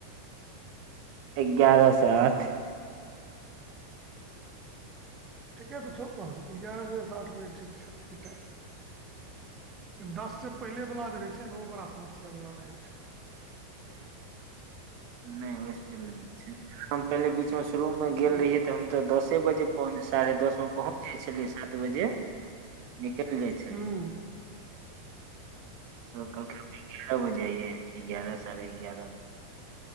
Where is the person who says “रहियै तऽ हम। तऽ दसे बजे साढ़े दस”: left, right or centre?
Right